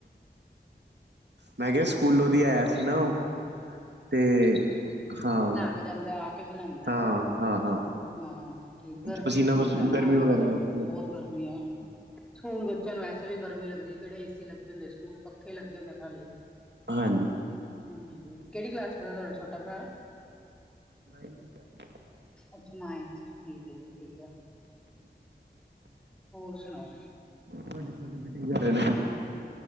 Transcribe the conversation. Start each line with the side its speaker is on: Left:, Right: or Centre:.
Right: ਮੈਂ ਕਿਆ
Centre: ਹੋਰ
Right: ਸਕੂਲੋਂ
Centre: ਸੁਣ
Right: ਦੀ ਆਇਆ ਸੀ ਨਾ ਓ ਤੇ ਹਾਂ
Centre: ਕ ਜਾਂਦਾ ਆ ਕੇ ਵੀ ਨਾਂਦੈ
Right: ਹਾਂ ਹਾਂ ਹਾਂ
Centre: ਹਾਂ ਠੀਕ ਗਰਮੀ
Right: ਪਸੀਨਾ
Centre: ਵੀ ਬੋਤ ਐ ਨਾ
Right: ਗਰਮੀ ਵਗੈਰਾ
Centre: ਗਰਮੀ
Right: ਕਰਕੇ ਹੋ ਰਹੀ
Centre: ਬੋਤ ਗਰਮੀ ਐ।
Right: ਹੈ
Centre: ਸਕੂਲ ਬੱਚਿਆਂ ਨੂੰ ਵੈਸੇ ਵੀ ਗਰਮੀ ਲੱਗਦੀ ਆ ਕੇੜੇ ਏ ਸੀ ਲੱਗੇ ਹੁੰਦੇ ਨ ਸਕੂਲ ਪੱਖੇ ਲੱਗੇ ਹੁੰਦੇ ਆ ਖਾਲੀ।
Right: ਹਾਂ
Centre: ਹਾਂਜੀ ਕੇੜੀ ਕਲਾਸ ਚ ਪੜ੍ਹਦਾ ਤੁਹਾਡਾ ਛੋਟਾ ਭਰਾ?
Right: ਛੋਟੇ
Centre: ਅੱਛਾ ਨਾਈਨਥ ਚ ਠੀਕ ਐ ਜੀ ਠੀਕ ਐ।
Right: <inaudible>
Centre: ਹੋਰ ਸੁਣਾਓ?
Right: ਤੁਹਾਡੇ ਛੋਟੇ ਬੇਟੇ ਕੀ ਕਰ ਰੇ ਨੇ?